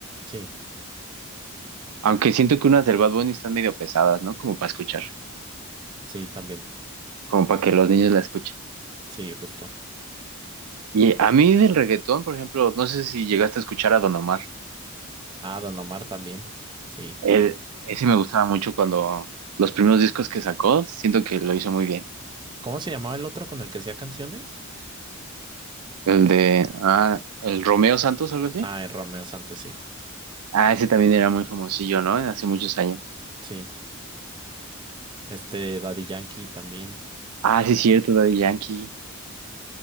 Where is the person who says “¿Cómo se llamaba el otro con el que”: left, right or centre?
Right